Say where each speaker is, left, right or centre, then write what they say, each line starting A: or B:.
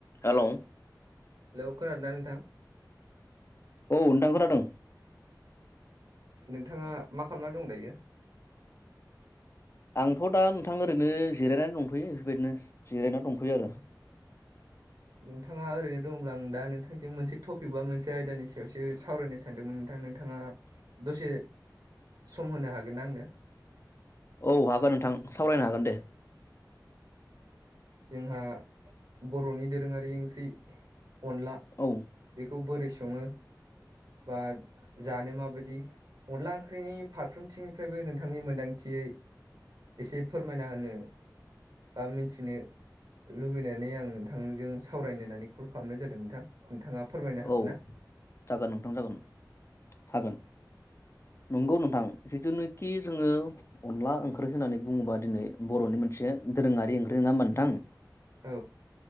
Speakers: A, on the left (about 40°); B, on the right (about 70°).
A: Hello.
B: Hello खोनादोंना नोंथां?
A: औ नोंथां खोनादों।
B: नोंथाङा मा खालामना दं दायो?
A: आंथ' दा नोंथां ओरैनो जिरायनानै दंथयो बेफोरबायदिनो जिरायनानै दंथयो आरो।
B: <inaudible> नोंथाङा ओरैनो दङब्ला आं दा नोंथांजों मोनसे टपिक बा मोनसे आयदानि सायावसो सावरायनो सान दोंमोन नोंथां नोंथाङा दसे सम होनो हागोनना आंनो?
A: औ हागोन नोंथां सावरायनो हागोन दे।
B: जोंहा बर'नि दोरोङारि ओंख्रि अनला
A: औ
B: बेखौ बोरै सङो बा जानो माबायदि अनला ओंख्रिनि फारफ्रोमथिंनिफ्रायबो नोंथांनि मोन्दांथियै एसे फोरमायना होनो बा मिन्थिनो लुबैनानै आं नोंथांजों सावरायनो होननानै कल खालामनाय जादों नोंथां। नोंथाङा फोरमायनो हागोन
A: औ
B: ना?
A: जागोन नोंथां जागोन हागोन नंगौ नोंथां जिथुनाखि जोङो अनला ओंख्रि होननानै बुङोबा दिनै बर'नि मोनसे दोरोङारि ओंख्रि नोङा ओनबा नोंथां।
B: औ